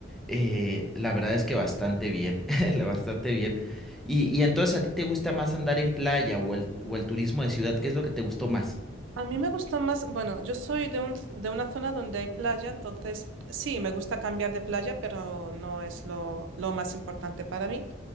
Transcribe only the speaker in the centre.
Eh, la verdad es que bastante bien, <laughs> la- bastante bien. Y, y entonces, ¿a ti te gusta más andar en playa o el, o el turismo de ciudad? ¿Qué es lo que te gustó más?